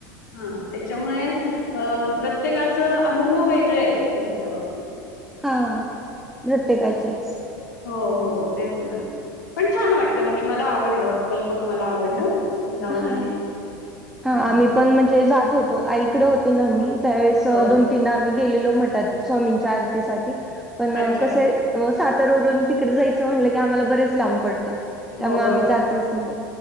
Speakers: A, on the left; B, in the centre.
A: हा त्याच्यामुळे अ प्रत्येकाच अनुभव वेगळे आहेत, त्यांच्या बाबतीत.
B: हा प्रत्येकाचेच
A: हो हो तेच. पणं छान वाटतं म्हणजे मलां आवडलं अक्कलकोट मलां आवडलं मी जाऊन
B: हा
A: आले हम्म
B: हा आम्हीं पणं म्हणजे जातं होतों आईकडे होती नां मी त्यावेळेस
A: हो
B: दोन तीनदा आम्ही, गेलेलो म्हतात स्वामींच्या आरतीसाठी पण
A: अच्छा
B: कसे सातऱ्यांवरूंन तिकडे जायचं म्हणलं की आम्हांला बरेचं लांब पडतं
A: हो
B: त्यामुळें आम्हीं
A: बरो
B: जातंचं नाहीं